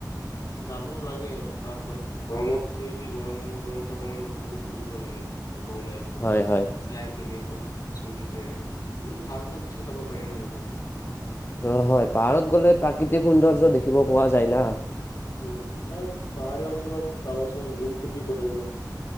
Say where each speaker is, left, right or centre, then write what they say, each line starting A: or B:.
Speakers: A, on the left; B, on the left.
A: যাব লাগে। এপাক হ'লেও গৰমত থোৰেদি গৰম বন্ধ অকমান উপভোগ কৰিব লাগে ঘৰৰ পৰা ওলাই। গৈ
B: হয় হয়
A: চাই পিনে ক'ত চুলিছে কিমান ভাল ভাল দৃশ্য চাব পাৰি ন গৈ পালে।
B: অ হয় পাহাৰত গ'লে প্ৰাকৃতিক সৌন্দৰ্য দেখিব পোৱা যায় না।
A: উম আৰু পাহাৰীয়া অঞ্চলত চাবাচোন ঝুম খেতি কৰে যে।